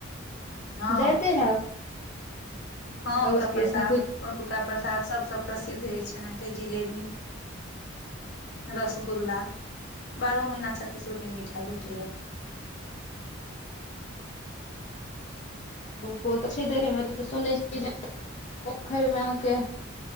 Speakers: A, on the left (about 55°); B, on the left (about 35°).
A: हँ
B: जाइते हैब
A: हँ
B: भगवती
A: ओतऽ प्रसाद
B: स्थान
A: ओतुका प्रसाद सबसँ प्रसिद्ध अछि अहाँके जिलेबी रसगुल्ला बारहो महिना छत्तीसो दिन मिठाई भेटैया।
B: बो तऽ छैय देरेमे ओत तऽ सुनै छियै पोखरि मे अहाँके